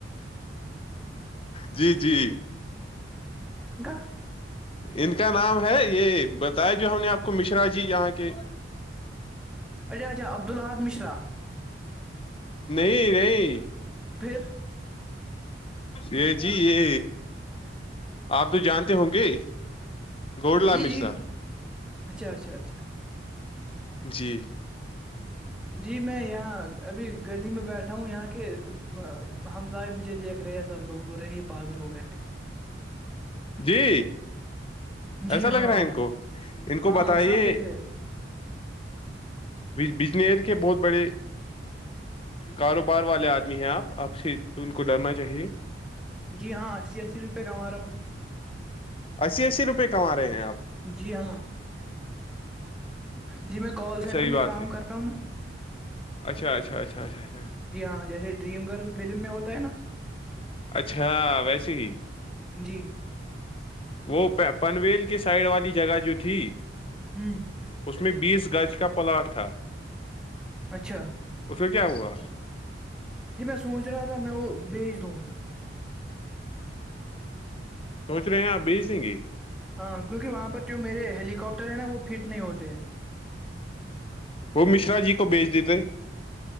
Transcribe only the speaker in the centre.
ہ <inaudible>
اچھا اچھا عبد الحاد مشرا
پھر
جی
جی اچھا اچھا اچھا ہاں
جی میں یہاں ابھی گلی میں بیٹھا ہوں یہاں کے ہمسائے مجھے دیکھ رہے ہیں سب لوگ بول رہے ہی پاگ لوگ ہیں ایکٹ
جی ہاں
ہاں
سب دیکھ رہے ہیں
جی ہاں اسی اسی روپئے کما رہا ہوں
جی ہاں جی میں کال سینٹر
میں کام
کرتا ہوں
جی ہاں جیسے ڈریم گرل فلم میں ہوتا ہے نا
جی
ہوں
اچھا
یہ م یں سوچ رہا تھا میں وہ بیچ تووں
ہاں کیونکہ وہاں پر جو میرے ہیلی ہے نا وہ فٹ نہیں ہوتے